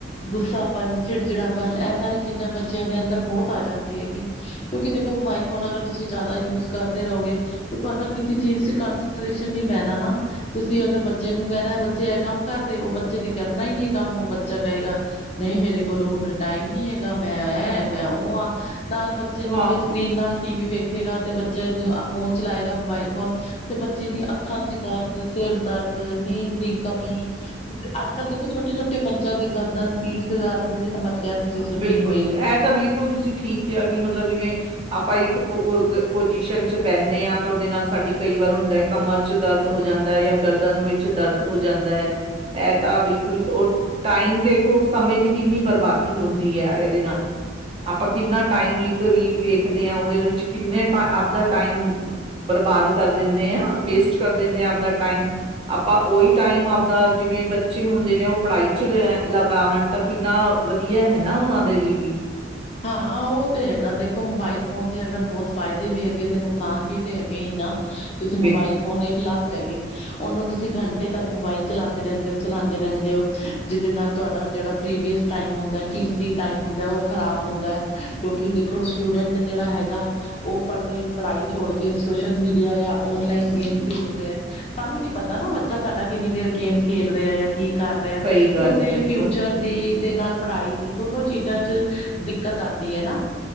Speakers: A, on the left (about 35°); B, on the right (about 30°).
A: ਗੁੱਸਾਪਨ, ਚਿੜਚਿੜਾ ਇਹ ਸਾਰੀ ਚੀਜ਼ਾਂ ਬੱਚਿਆਂ ਦੇ ਅੰਦਰ ਬਹੁਤ ਆ ਜਾਂਦੀ ਹੈਗੀ। ਕਿਉਂਕਿ ਦੇਖੋ ਮੋਬਾਈਲ ਫੋਨ ਅਗਰ ਤੁਸੀਂ ਜ਼ਿਆਦਾ ਕਰਦੇ ਰਹੋਗੇ। ਤੁਹਾਡਾ ਕਿਸੇ ਚੀਜ਼ ਚ ਕਸਟੇਸ਼ਨ ਨ ਪੈਣਾ ਨਾ। ਤੁਸੀਂ ਅਗਰ ਬੇ ਬੱਚੇ ਨੂੰ ਕਹਿਣਾ ਬੱਚੇ ਇਹ ਕੰਮ ਕਰਦੇ ਉਹ ਬੱਚੇ ਨੇ ਕਰਨਾ ਹੀ ਨਹੀਂ, ਕੰਮ ਉਹ ਬੱਚਾ ਕਹੇਗਾ ਨਹੀਂ, ਮੇਰੇ ਕੋਲੋਂ ਹੁਣ ਟਾਈਮ ਨੀ ਹੈਗਾ। ਮੈਂ ਐ ਮੈਂ ਉਹ ਹਾਂ। ਨਾਲ ਬੱਚੇ ਲੰਬੇ
B: ਹਾਂ,
A: ਸਕਰੀਨ ਨਾਲ ਟੀ ਵੀ ਵੇਖੇਗਾ। ਤੇ ਬੱਚਾ ਫੋਨ ਚਲਾਏਗਾ। ਮੋਬਾਈਲ ਫੋਨ ਤੇ ਬੱਚੇ ਦੀ ਅੱਖਾਂ ਚ ਹੀ ਦਰਦ ਕਿਰਦਾਰ ਨੀਂਦ ਦੀ ਕਮੀ। ਅੱਜ ਕੱਲ੍ਹ ਦੇਖੋ ਛੋਟੇ- ਛੋਟੇ ਬੱਚਿਆਂ ਦੇ ਗਰਦਨ, ਪੀਠ ਤੇ ਦਰਦ ਦੀ ਸਮੱਸਿਆ ਤੁਸੀਂ ਸੁਣਨੀ
B: ਬਿਲਕੁਲ
A: ਹੋਏਗੀ
B: ਇਹ ਤਾਂ ਬਿਲਕੁਲ ਤੁਸੀਂ ਠੀਕ ਕਿਹਾ ਕਿ ਮਤਲਬ ਜਿਵੇਂ ਆਪਾਂ ਇੱਕ ਪੁਜੀਸ਼ਨ ਚ ਬਹਿਨੇ ਹਾਂ। ਤਾਂ ਉਹਦੇ ਨਾਲ ਸਾਡੀ ਕਈ ਵਾਰ ਹੁੰਦਾ ਹੈ। ਕਮਰ ਚ ਦਰਦ ਹੋ ਜਾਂਦਾ ਜਾਂ ਗਰ ਵਿੱਚ ਦਰਦ ਹੋ ਜਾਂਦਾ ਹੈ। ਇਹ ਤਾਂ ਬਿਲਕੁਲ ਰ ਟਾਈਮ ਦੇਖੋ, ਸਮੇਂ ਦੀ ਕਿੰਨੀ ਬਰਬਾਦੀ ਹੁੰਦੀ ਹੈ। ਇਹਦੇ ਨਾਲ ਆਪਾਂ ਕਿੰਨਾ ਟਮ ਇੱਕ ਰੀਲ ਵੇਖਦੇ ਆ ਓਦੇ ਵਿਚੇ ਆਪਦਾ ਟਮ ਬਰਬਾਦ ਕਰ ਦਿੰਦੇ ਆ, ਵੇਸਟ ਕਰ ਦਿੰਦੇ ਆ ਆਪਦਾ ਟਾਈਮ। ਆਪਾਂ ਉਹੀ ਟਾਈਮ ਆਪਦਾ ਜਿਵੇਂ ਬੱਚੇ ਹੁੰਦੇ ਨੇ ਉਹ ਪੜ੍ਹਾਈ ਚ ਲੈ ਲਗਾਵਣ ਤਾਂ ਕਿੰਨਾ ਵਧੀਆ ਹੈ। ਨਾ ਉਹਨਾਂ ਦੇ ਲਈ
A: ਹਾਂ। ਉਹ ਤੇ ਹੈਗਾ ਦੇਖੋ ਮੋਬਾਈਲ ਫੋਨ ਦੇ ਅਗਰ ਬਹੁਤ ਫਾਇਦੇ ਵੀ ਹੈਗੇ ਤੇ ਨੁਕਸਾਨ ਵੀ ਤੇ ਹੈਗੇ ਹੀ ਨਾ। ਤੁਸੀਂ ਮੋਬਾਇਲ
B: ਬਿਲਕੁਲ
A: ਫੋਨ ਇੱਕ ਲੱਤ ਹੈਗੀ। ਉਹਨੂੰ ਤੁਸੀਂ ਘੰਟੇ ਤੱਕ ਮੋਬਾਇਲ ਚਲਾਉਂਦੇ ਰਹਿੰਦੇ ਹੋ ਚਲਾਉਂਦੇ ਰਹਿੰਦੇ ਹੋ। ਜਿਹਦੇ ਨਾਲ ਤੁਹਾਡਾ ਜਿਹੜਾ ਪ੍ਰੀਵੀਅਸ ਟਾਈਮ ਹੁੰਦਾ। ਕੀਮਤੀ ਟਾਈਮ ਹੁੰਦਾ ਉਹ ਖਰਾਬ ਹੁੰਦਾ। ਕਿਉਂਕਿ ਦੇਖੋ ਸਟੂਡੈਂਟ ਜਿਹੜਾ ਹੈਗਾ। ਉਹ ਪੜ੍ਹਦੇ ਪੜ੍ਹਾਈ ਛੋੜ ਕੇ ਸੋਸ਼ਲ ਮੀਡੀਆ ਜਾਂ ਔਨਲਾਈਨ ਗੇਮ ਖੇਲ ਰਿਹਾ ਹੈ। ਸਾਨੂੰ ਨੀ ਪਤਾ ਨਾ ਬੱਚਾ ਸਾਡਾ ਕਿੰਨੀ ਦੇਰ ਗੇਮ ਖੇਲ ਰਿਹਾ ਹੈ। ਕੀ ਕਰ ਰਿਹਾ।
B: ਸਹੀ ਗੱਲ
A: ਤੇ ਉਹਦੇ
B: ਹੈ ਬਿਲਕੁਲ
A: ਫਿਊਚਰ ਦੀ ਤੇ, ਨਾਲ ਪੜ੍ਹਾਈ ਦੀ ਦੋਨੋ ਚੀਜ਼ਾਂ ਚ ਦਿੱਕਤ ਆਉਂਦੀ ਹੈ ਨਾ।